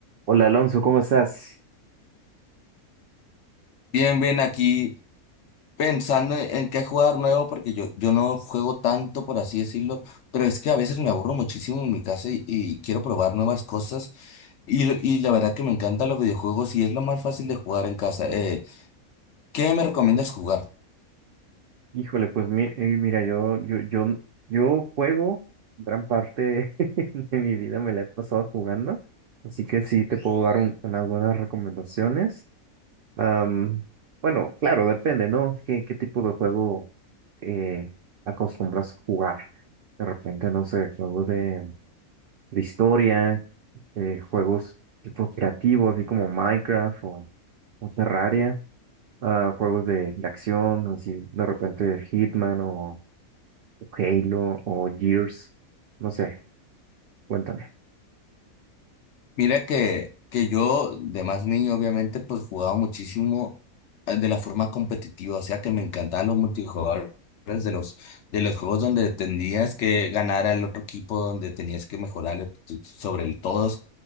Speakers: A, on the right (about 85°); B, on the left (about 65°).
A: Hola Alonso, ¿cómo estás?
B: Bien, bien, aquí pensando en, en qué jugar nuevo, porque yo, yo no juego tanto, por así decirlo, pero es que a veces me aburro muchísimo en mi casa y, y quiero probar nuevas cosas. Y, lo- y la verdad que me encantan los videojuegos y es lo más fácil de jugar en casa. Eh, ¿qué me recomiendas jugar?
A: Híjole, pues mi- eh, mira, yo, yo, yo, yo juego gran parte <laughs> de mi vida, me la he pasado jugando, así que sí te puedo dar un- unas buenas recomendaciones. Am, bueno, claro, depende, ¿no? ¿Qué, qué tipo de juego eh, acostumbras a jugar? De repente, no sé, juegos de, de historia, eh, juegos tipo creativos, así como Minecraft o, o Terraria. a juegos de, de acción, así de repente Hitman o o Halo o Gears, no sé, cuéntame.
B: Mira que, que yo de más niño obviamente pues jugaba muchísimo eh, de la forma competitiva, o sea que me encantaban los multijugadores de los de los juegos donde tenías que ganar al otro equipo, donde tenías que mejorar sobre el todo